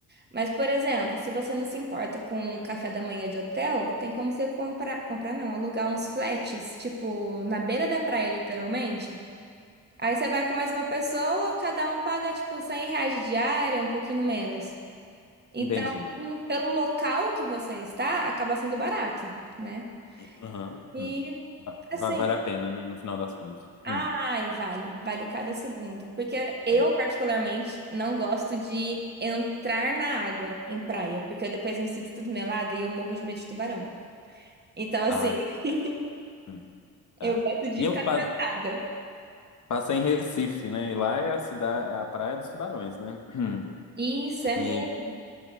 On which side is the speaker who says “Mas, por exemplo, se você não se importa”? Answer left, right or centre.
Right